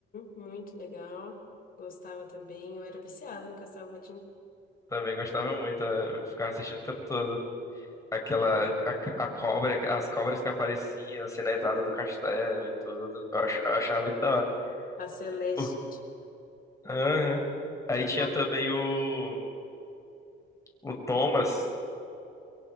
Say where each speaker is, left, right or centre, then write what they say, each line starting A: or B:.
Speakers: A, on the left; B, on the left.
A: muito legal. Gostava também. Eu era viciada no Castelo rá
B: Também gostava muito, é, eu ficava assistindo o tempo todo. aquela a, a cobra, as cobras que apareciam assim na entrada do castelo e tudo. Eu, ach- eu achava muito da hora.
A: A Celeste,
B: Por- Aham. Aí
A: a
B: tinha
A: Colônia.
B: também o o Thomas,